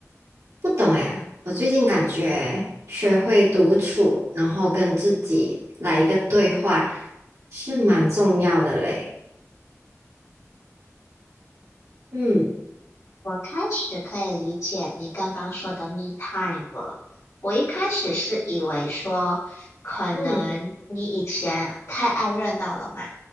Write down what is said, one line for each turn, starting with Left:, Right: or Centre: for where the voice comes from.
Right: 不懂哎，我最近感觉学会独处，然后跟自己来一个对话，是蛮重要的嘞。嗯
Left: 我开始可以理解你刚刚说的 me time 了。我一开始是以为说，可能你以前太爱热闹了嘛，
Right: 嗯